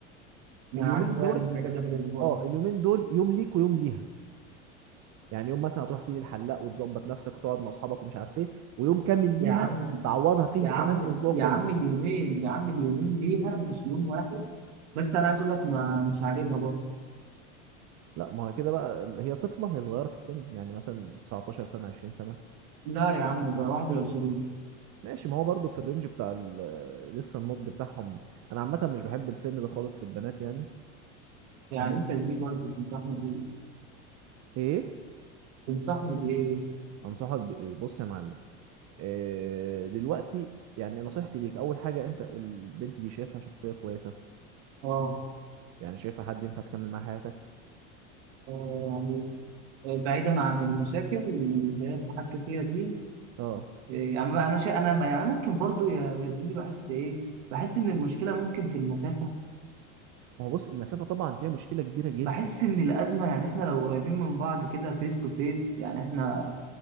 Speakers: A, on the right; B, on the right.
A: ما
B: اليومين
A: عندي بقى
B: دول
A: من اجازه في الاسبوع
B: اه اليومين دول يوم ليك ويوم ليها يعني يوم مثلا هتروح فيه للحلاق وتظبط نفسك وتقعد مع اصحابك ومش عارف ايه ويوم كامل ليها
A: يا عم
B: تعوضها فيه
A: يا
B: اهتمام
A: عم
B: الاسبوع
A: يا
B: كله
A: عم اليومين يا عم اليومين ليها مش يوم واحد بس انا عايز اقول لك ما مش عاجبها برضه
B: لا ما هو كده بقى هي طفله هي صغيره في السن يعني مثلا 19 سنه 20 سنه
A: لا يا عم ده 21
B: ماشي ما هو برضه في الرينج بتاع ال- لسه النضج بتاعهم انا عامه مش بحب السن ده خالص في البنات يعني
A: يعني
B: هم
A: انت يا زميلي برضه بتنصحني بايه؟
B: ايه
A: تنصحني بايه؟
B: انصحك بايه بص يا معلم إيه دلوقتي يعني نصيحتي ليك اول حاجه انت البنت دي شايفها شخصيه كويسه
A: اه
B: يعني شايفها حد ينفع تكمل معاه حياتك
A: آه، يعني بعيدا عن المشاكل اللي هي بتحكي فيها دي
B: اه
A: إيه، يعني بقى انا شا... انا يعني أنا ممكن برضو يا يا زميلي بحس ايه بحس ان المشكله ممكن في المسافه
B: ما هو بص المسافة طبعا فيها مشكلة كبيرة جدا
A: بحس ان الازمه يعني احنا لو قريبين من بعض كده فيس تو فيس يعني احنا